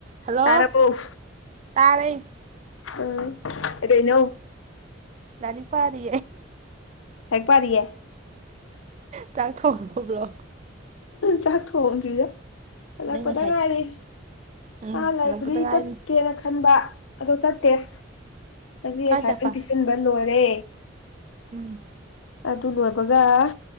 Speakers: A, on the right; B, on the left.
A: Hello
B: ꯇꯥꯔꯕꯣ
A: ꯇꯥꯔꯦ
B: ꯎꯝ ꯑꯗꯨꯗꯩꯅꯣ
A: ꯇꯅꯤ ꯄꯔꯦ
B: ꯍꯒ ꯄꯔꯤꯌꯦ
A: ꯇꯥꯛꯊꯣꯛꯗꯕ꯭ꯔꯣ
B: ꯆꯥꯛ ꯊ ꯀꯟ ꯆꯖ ꯍꯜꯂꯛꯄꯗ
A: ꯅꯪ ꯉꯁꯥꯏ
B: ꯉꯥꯏꯔꯤ
A: ꯎꯝ
B: ꯃꯥ ꯂꯥꯏꯕꯦꯔꯤ
A: ꯍꯜꯂꯛꯄꯗ ꯉꯥꯏꯔꯤ
B: ꯆꯠꯀꯦꯅ ꯈꯟꯕ ꯑꯗꯣ ꯆꯠꯇꯦ ꯉꯁꯤ
A: ꯀꯥꯏ
B: ꯑꯦꯁꯥꯏꯟꯃꯦꯟ
A: ꯆꯠꯄ
B: ꯄꯤꯁꯤꯟꯕ ꯂꯣꯏꯔꯦ
A: ꯎꯝ
B: ꯑ ꯑꯗꯨ ꯂꯋꯥ ꯀꯒ ꯀ꯭ꯂ